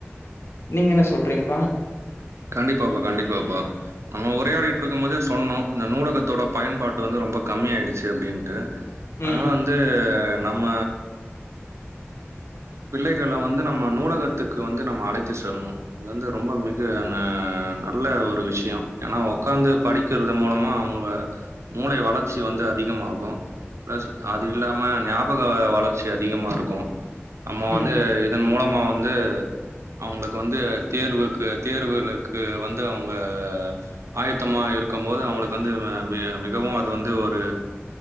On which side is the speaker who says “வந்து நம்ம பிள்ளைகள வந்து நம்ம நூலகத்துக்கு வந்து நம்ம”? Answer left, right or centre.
Right